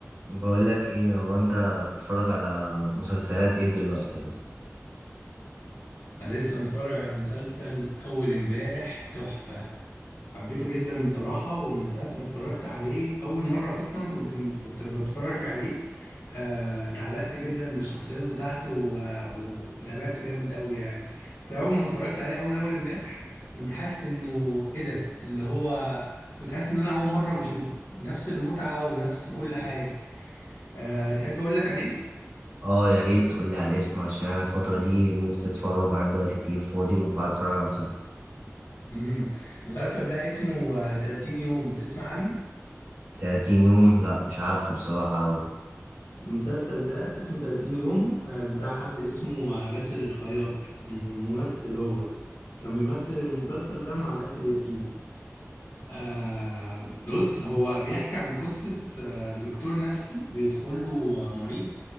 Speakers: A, on the right (about 65°); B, on the left (about 80°).
A: بقول لك ايه هو انت بتتفرج على مسلسلات ايه دلوقتي بس
B: انا لسه متفرج على مسلسل اول امبارح تحفة حبيته جدا بصراحة ومن ساعة ما اتفرجت عليه اول مرة اصلا كنت كنت بتفرج عليه آه، اتعلقت جدا بالشخصيات بتاعته و- و- وتابعته جامد قوي يعني بس اول ما اتفرجت عليه اول اول امبارح كنت حاسس انه ايه ده اللي هو كنت حاسس ان انا اول مرة بشوفه نفس المتعة ونفس كل حاجة أه تحب اقول لك عليه
A: اه يا ريت تقول لي على اسمه عشان انا الفتره دي نفسي اتفرج عندي وقت كتير فاضي وعايز اتفرج على مسلسل
B: امم المسلسل ده اسمه آه، 30 يوم تسمع عنه
A: 30 يوم لا مش عارفه بصراحه أوي.
B: المسلسل ده اسمه 30 يوم آه، بتاع حد اسمه آه، باسل الخياط م- ممثل هو كان بيمثل المسلسل ده مع آسر ياسين آه بص هو بيحكي عن قصة آه، دكتور نفسي بيدخل له آه، مريض